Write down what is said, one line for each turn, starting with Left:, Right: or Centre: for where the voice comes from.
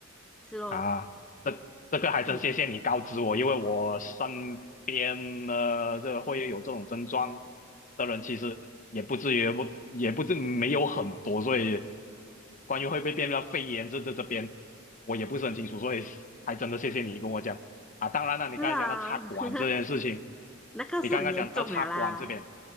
Centre: 是咯，
Left: 啊，这这个还真谢谢你告知我，
Centre: 嗯，
Left: 因为我身边呢，这会有这种症状的人，其实也不至于不也不至没有很多，所以关于会不会变成肺炎这这这边，我也不是很清楚，所以还真的谢谢你跟我讲啊。当然了，你刚才讲到插管这件事情，
Centre: 是啊，<laughs> 那个是很严重了啦，
Left: 你刚刚讲到插管这边，